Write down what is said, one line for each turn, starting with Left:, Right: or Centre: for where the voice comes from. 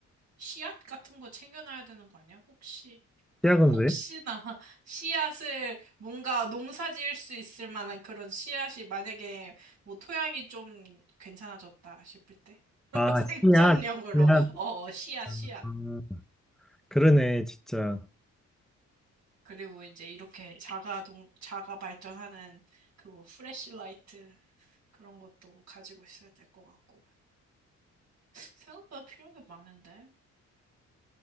Right: 씨앗 같은 거 챙겨놔야 되는 거 아니야? 혹시.
Centre: 씨앗은
Right: 혹시나
Centre: 왜?
Right: <laughs> 씨앗을 뭔가 농사 지을 수 있을 만한 그런 씨앗이 만약에 뭐 토양이 좀 괜찮아졌다 싶을 때 <laughs>
Centre: 아 씨앗
Right: 생존용으로
Centre: 씨앗
Right: 어 어, 씨앗 씨앗
Centre: 음, 그러네 진짜
Right: 그리고 이제 이렇게 자가 동 자가 발전하는 그거 프레시라이트 그런 것도 가지고 있어야 될 것 같고 생각보다 필요한 게 많은데